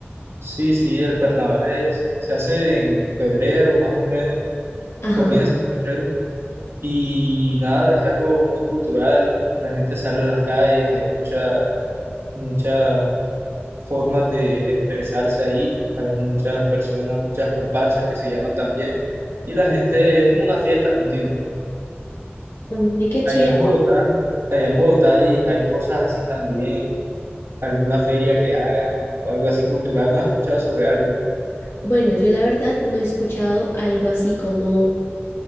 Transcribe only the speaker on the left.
Ajá.
Ay, qué
chévere.
Bueno, yo la verdad no he escuchado algo así como,